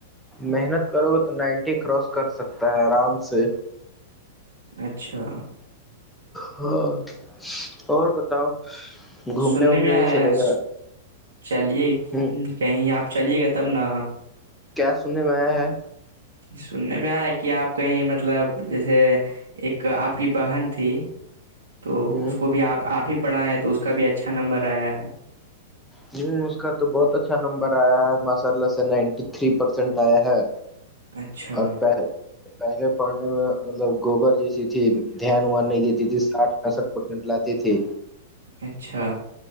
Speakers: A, in the centre; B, on the right.
A: محنت کرو گے تو نائنٹی کراس کر سکتا ہے آرام سے
B: اچھا
A: ہاں اور بتاؤ گھومنے
B: سننے
A: وومنے
B: میں آیا
A: نہیں چلے
B: ہے۔
A: گا
B: چلیے
A: ہوں
B: کہیں آپ چلیے گا تب نا
A: کیا سننے میں آ ہے
B: سننے میں آئے کہ آپ کہیں مطلب جیسے ایک آپ کی بہن تھی تو
A: ہوں
B: اس کو بھی آپ ہی پڑھائ ہے تو اس کا بھی اچھا نمبر آیا ہے
A: نہیںی اس کا تو بہت اچھا نمبر آیا ہے ماشاء اللہ سے نائنٹی تھری پرسینٹ آیا ہے
B: اچھا
A: اور پہلے پڑھنے میں مطلب گوبر جیسی تھی دھیان وان نہیں دیتی تھی سٹھ پینسٹھ پرسینٹ لاتی تھی
B: اچھا